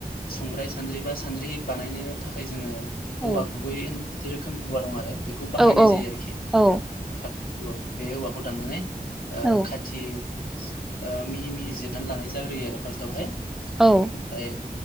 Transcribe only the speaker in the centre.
औ
औ औ
औ
औ
औ